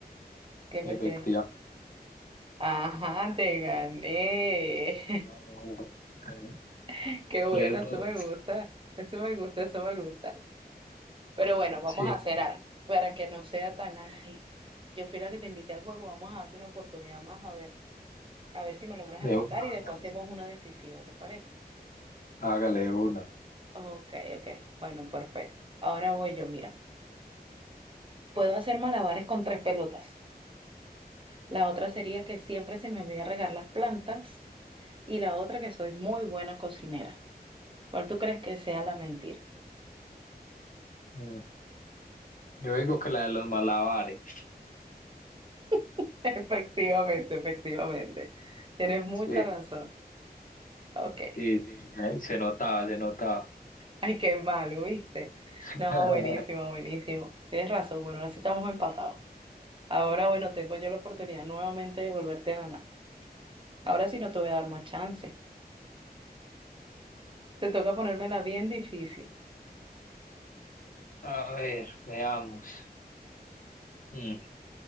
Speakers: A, on the right (about 30°); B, on the left (about 55°).
A: ¿Qué me
B: Efectivamente,
A: crees? Ajá, te gané.
B: ganó el
A: <laughs> Qué bueno,
B: 3-2.
A: eso me gusta. Eso me gusta, eso me gusta. Pero bueno, vamos
B: Sí,
A: a hacer
B: no.
A: algo para que no sea tan, ay, yo fui la que te invité al juego, vamos a darte una oportunidad más a ver. A ver si me logras
B: De
A: empatar
B: una,
A: y después
B: hágale.
A: hacemos una decisiva, ¿te parece?
B: Hágale de una.
A: Ok, ok. Bueno, perfecto. Ahora voy yo, mira. Puedo hacer malabares con tres pelotas. La otra sería que siempre se me olvida regar las plantas. Y la otra que soy muy buena cocinera. ¿Cuál tú crees que sea la mentira?
B: Mm, Yo digo que la de los malabares.
A: <laughs> Efectivamente, efectivamente. Tienes mucha
B: Sí,
A: razón. Ok.
B: sí, sí. Se, se notaba, se notaba.
A: Ay, qué malo, ¿viste?
B: <laughs>
A: No, buenísimo, buenísimo. Tienes razón. Bueno, así estamos empatados. Ahora, bueno, tengo yo la oportunidad nuevamente de volverte a ganar. Ahora sí no te voy a dar más chance. Te toca ponérmela bien difícil.
B: A ver, veamos. Mm,